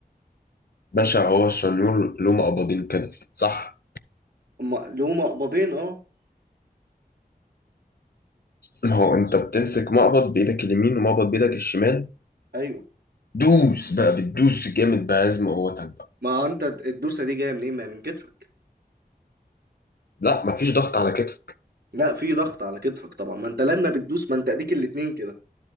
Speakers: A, on the left; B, on the right.
A: باشا هو الشنيور له مقبضين كده صح
B: اما اللي هما قبضين اه
A: ما هو انت بتمسك مقبض بايدك اليمين ومقبض بايدك الشمال
B: ايوه
A: دوس بقى بتدوس جامد بعزم قوتك بقى
B: ما انت الدوسة دي جاية منين ما هي من كتفك
A: لا مفيش ضغط على كتفك
B: لا في ضغط على كتفك طبعا ما انت لما بتدوس ما انت اديك الاتنين كده